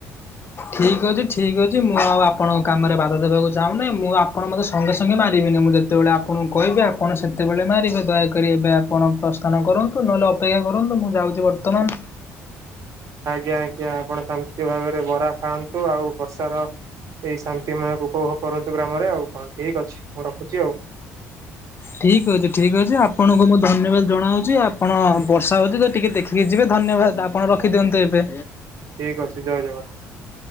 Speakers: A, on the left (about 35°); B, on the right (about 50°).
A: ଠିକ ଅଛି ଠିକ ଅଛି ମୁଁ ଆଉ ଆପଣଙ୍କ କାମରେ ବାଧା ଦେବାକୁ ଚାହୁଁନାହିଁ। ମୁଁ ଆପଣ ମତେ ସଙ୍ଗେ ସଙ୍ଗେ ମାରିଵେ। ମୁଁ ଯେତେବେଳେ ଆପଣଙ୍କୁ କହିଵି ଆପଣ ସେତେବେଳେ ମାରିବେ। ଦୟାକରି ଏବେ ଆପଣ ପ୍ରସ୍ଥାନ କରନ୍ତୁ ନହେଲେ ଅପେ କ୍ଷା କରନ୍ତୁ ମୁଁ ଯାଉଛି ବର୍ତ୍ତମାନ
B: ଆଜ୍ଞା ଆଜ୍ଞା ଆପଣ ଶାନ୍ତି ଭାବରେ ବରା ଖାଆନ୍ତୁ ଆଉ ବର୍ଷାର ଏଇ ଶାନ୍ତି ମୟକୁ ଉପଭୋଗ କରନ୍ତୁ ଗ୍ରାମରେ ଆଉ କଣ ଠିକ ଅଛି ମୁଁ ରଖୁଛି ଆଉ।
A: ଠିକ ଅଛି ଠିକ ଅଛି ଆପଣଙ୍କୁ ମୁଁ ଧନ୍ୟବାଦ ଜଣାଉଛି। ଆପଣ ବର୍ଷା ହଉଛି ତ ଟିକେ ଦେଖିକି ଯିବେ। ଧନ୍ୟବାଦ ଆପଣ ରଖିଦିଅନ୍ତୁ ଏବେ।
B: ଠିକ ଅଛି ଜୟ ଜଗନ୍ନାଥ।